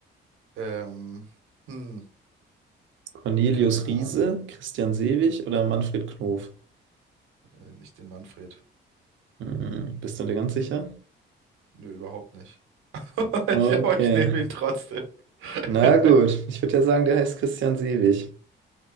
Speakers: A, on the right; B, on the right.
A: Ähm, hm,
B: Cornelius
A: keine
B: Riese,
A: Ahnung.
B: Christian Sewig oder Manfred Knof?
A: Nämlich den Manfred.
B: Hm, bist du dir ganz sicher?
A: Nö, überhaupt nicht. <laughs>
B: Okay.
A: Ich, aber ich nehme ihn trotzdem. <laughs>
B: Na gut, ich würde ja sagen, der heißt Christian Sewig.